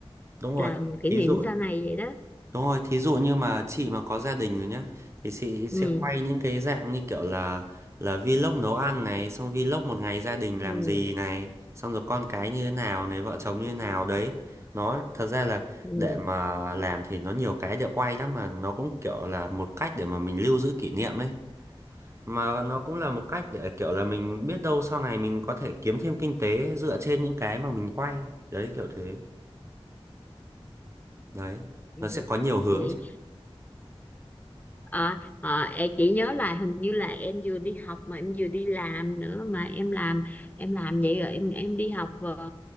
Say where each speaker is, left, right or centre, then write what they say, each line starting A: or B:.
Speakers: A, on the right (about 30°); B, on the left (about 15°).
A: đúng rồi.
B: làm kỷ
A: Thí
B: niệm
A: dụ
B: sau này vậy đó
A: Đúng rồi, thí dụ như mà chị mà có gia đình rồi nhá thì chị sẽ
B: ừ
A: quay những cái dạng như kiểu là là vlog nấu ăn này, xong vlog một ngày gia đình làm
B: ừ
A: gì này, xong rồi con cái như thế nào này, vợ chồng như thế nào đấy. Nó thật ra là
B: ừ
A: để mà làm thì nó nhiều cái để quay lắm mà nó cũng kiểu là một cách để mà mình lưu giữ kỷ niệm ấy. Mà nó cũng là một cách để kiểu là mình biết đâu sau này mình có thể kiếm thêm kinh tế dựa trên những cái mà mình quay. Đấy kiểu thế. Đấy,
B: vậy
A: nó sẽ có nhiều hướng.
B: vậy
A: chị.
B: Ờ, ờ, em chỉ nhớ là hình như là em vừa đi học mà em vừa đi làm nữa mà em làm em làm vậy rồi em em đi học ờ,